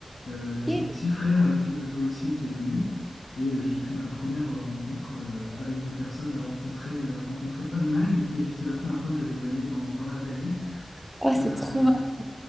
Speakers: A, on the left (about 85°); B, in the centre.
A: Euh,
B: Ok.
A: Il y a son petit frère avec qui je jouais aussi qui est venu. Et euh, j'ai fait ma première euh, rencontre euh, avec des personnes rencontrées, euh, rencontrées online. Et je- c'est la première fois que je les voyais dans, dans la vraie vie.
B: Oh,
A: Euh,
B: c'est trop marrant.